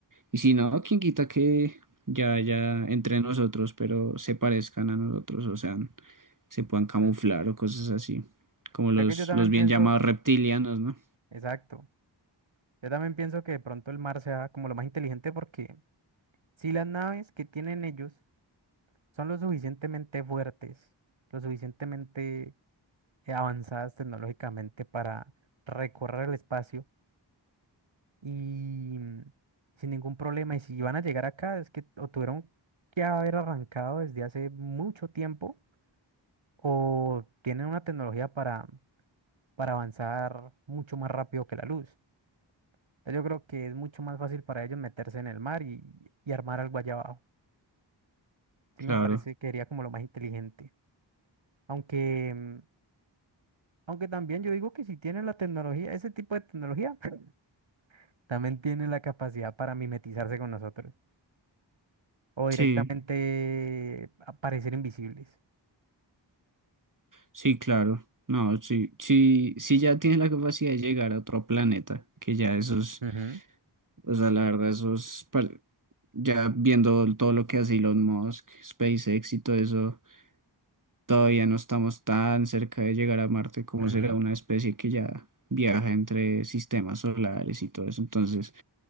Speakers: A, on the right; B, on the right.
A: Y si no, quién quita que ya, ya entre nosotros, pero se parezcan a nosotros, o sea, se puedan camuflar
B: Ujú.
A: o cosas así, como
B: Creo
A: los,
B: que yo también
A: los bien
B: pienso,
A: llamados reptilianos, ¿no?
B: exacto, yo también pienso que de pronto el mar sea como lo más inteligente porque... Si las naves que tienen ellos son lo suficientemente fuertes, lo suficientemente eh, avanzadas tecnológicamente para recorrer el espacio y mm, sin ningún problema, y si van a llegar acá, es que o tuvieron que haber arrancado desde hace mucho tiempo o tienen una tecnología para, para avanzar mucho más rápido que la luz. Ya Yo creo que es mucho más fácil para ellos meterse en el mar y, y armar algo allá abajo. Sí
A: Claro.
B: me parece que sería como lo más inteligente. Aunque, mm, aunque también yo digo que si tiene la tecnología, ese tipo de tecnología, <laughs> también tiene la capacidad para mimetizarse con nosotros o directamente
A: Sí.
B: aparecer invisibles.
A: Sí, claro. No, sí, sí, sí ya tienes la capacidad de llegar a otro planeta, que ya esos,
B: Ujú,
A: o sea, la verdad, esos, par- ya viendo todo lo que hace Elon Musk, SpaceX y todo eso, todavía no estamos tan cerca de llegar a Marte como
B: ujú,
A: será una especie que ya viaja entre sistemas solares y todo eso. Entonces,